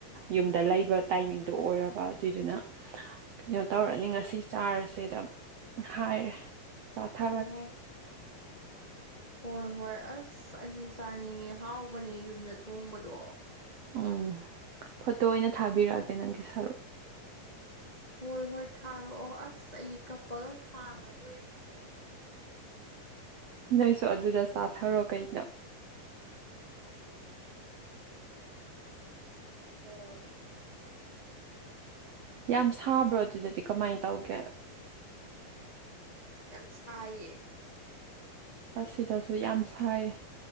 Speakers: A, on the right; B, on the left.
A: ꯌꯨꯝꯗ ꯂꯩꯕ ꯇꯥꯏꯃꯤꯡꯗꯣ ꯑꯣꯏꯔꯕ ꯑꯗꯨꯏꯗꯨꯅ ꯀꯩꯅꯣ ꯇꯧꯔꯅꯤ ꯉꯁꯤ ꯆꯥꯔꯁꯦꯗ ꯍꯥꯏꯔꯦ ꯆꯥꯊꯔꯒꯦ
B: ꯑꯣ ꯍꯣꯏ ꯍꯣꯏ ꯑꯁ ꯑꯩꯁꯨ ꯆꯥꯅꯤꯡꯉꯦ ꯍꯥꯎꯕꯅꯦ ꯌꯨꯝꯗ ꯊꯣꯡꯕꯗꯣ
A: ꯎꯝ ꯐꯣꯇꯣ ꯑꯣꯏꯅ ꯊꯥꯕꯤꯔꯛꯑꯒꯦ ꯅꯪꯒꯤ ꯁꯔꯨꯛ
B: ꯍꯣꯏ ꯍꯣꯏ ꯊꯥꯔꯛꯑꯣ ꯑꯁ ꯑꯩ ꯀꯞꯄꯒ ꯈꯥꯡꯉꯗꯣꯏꯅꯦ
A: ꯅꯣꯏꯁꯨ ꯑꯗꯨꯗ ꯆꯥꯊꯔꯣ ꯀꯩꯅꯣ
B: ꯍ‌ꯣꯏ
A: ꯌꯥꯝ ꯁꯥꯕ꯭ꯔꯣ ꯑꯗꯨꯗꯗꯤ ꯀꯃꯥꯏꯟ ꯇꯧꯒꯦ
B: ꯌꯥꯝ ꯁꯥꯏꯌꯦ꯫
A: ꯑꯁ ꯁꯤꯗꯁꯨ ꯌꯥꯝ ꯁꯥꯏꯌ‌ꯦ꯫